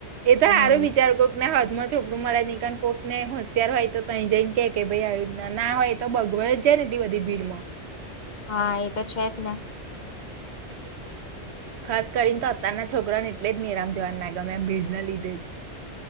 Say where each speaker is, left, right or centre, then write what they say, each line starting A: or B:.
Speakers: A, on the right (about 75°); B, on the left (about 50°).
A: એ તો
B: હમ
A: હારું વિચારકોને હત મત છોકરું માળ કાન કોક ને હોશયાર હોય તો તઈ જઈને કે કે ભાઈ આવ્યું ના હોય તો બગવા જાય ને. વધી ભીડમાં.
B: હા એ તો છે જ ને.
A: ખાસ કરીને તો અત્યારના છોકરાને એટલે જ મેળામ જવાનને ગમે ભીડને લીધે જ.